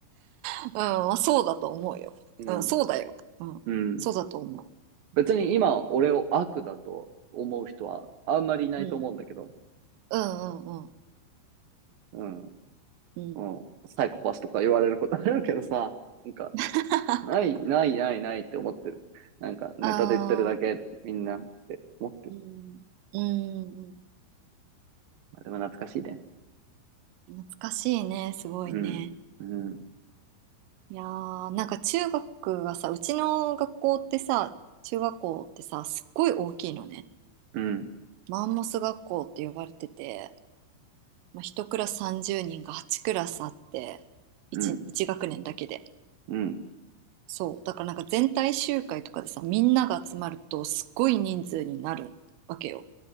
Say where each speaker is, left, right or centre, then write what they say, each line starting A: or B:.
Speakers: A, on the right (about 85°); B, on the right (about 70°).
A: うん、まあそうだと思うよ。
B: うん。
A: うん、そうだよ。うん、
B: うん。
A: そうだと思
B: 別に今、俺を悪だと思う人はあんまりいないと思うんだけど、
A: う。うん、うん、うん、うん。
B: うん。
A: うん。
B: その、サイコパスとか言われることあるけどさ、なんか、
A: <laughs>
B: ない、ない、ない、ないって思ってる。なんか、ネタで言ってるだけ、
A: ああ、
B: みんなって思ってる。
A: うん、うん、うん。
B: まあ、でも懐かしいね。
A: 懐かしいね、すごいね。
B: うん。うん。
A: いやー、なんか中学がさ、うちの学校ってさ、中学校ってさ、すっごい大きいのね。
B: うん。
A: マンモス学校って呼ばれてて、まあ、1クラス30人が8クラスあって、
B: うん。
A: 1、一学年だけで。
B: うん。
A: そうだからなんか全体集会とかでさみんなが集まるとすっごい人数になるわけよ